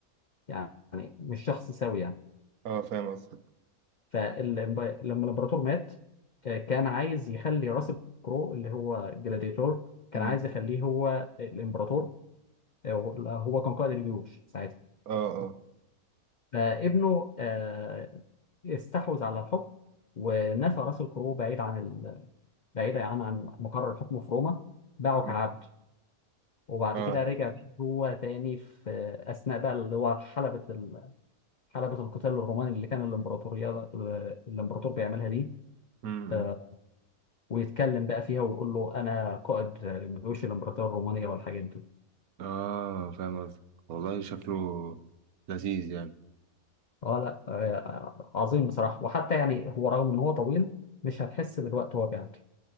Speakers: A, on the left; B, on the right.
A: يعني مش شخص سوي يعني
B: اه فاهم قصدك
A: فلما الامبراطور مات آه، كان عايز يخلي راسل كرو اللي هو جلاديتور كان
B: امم
A: عايز يخليه هو الامبراطور آه، هو كان قائد الجيوش ساعتها
B: اه اه
A: فابنه آه، استحوذ على الحكم ونفى راسل كرو بعيد عن ال... بعيد يعني عن مقر الحكم في روما باعه
B: مم.
A: كعبد وبعد
B: اه
A: كده رجع هو تاني في آه، أثناء بقى اللي هو حلبة حلبة القتال الروماني اللي كان الإمبراطورية الإمبراطور بيعملها دي
B: امم
A: آه، ويتكلم بقى فيها ويقول له أنا قائد جيوش الإمبراطورية الرومانية والحاجات دي
B: اه فاهم قصدك والله شكله لذيذ يعني
A: أه لا آه، عظيم بصراحة وحتى يعني هو رغم إن هو طويل مش هتحس بالوقت وهو بيعدي